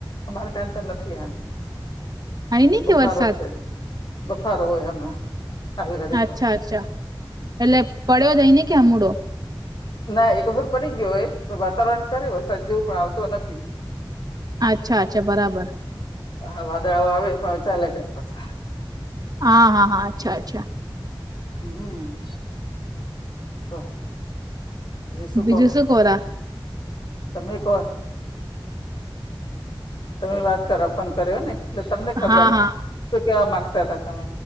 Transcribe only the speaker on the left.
અમારે કને તો નથી એમ
બફારો
છે. બફારો હોય હમણાં હાલ ઘડી
તો
ના એક વખત પડી ગયો એ વાતાવરણ કરે વરસાદ જેવું પણ આવતો નથી.
હા વાદળાઓ આવે પણ ચાલયા જાય પાછા.
હમ્મ તો. જે શું
કહો
તમે કહો. તમે વાત કરવા ફોન કર્યો ને એટલે તમને ખબર
શું કેવા માંગતા હતા તમે.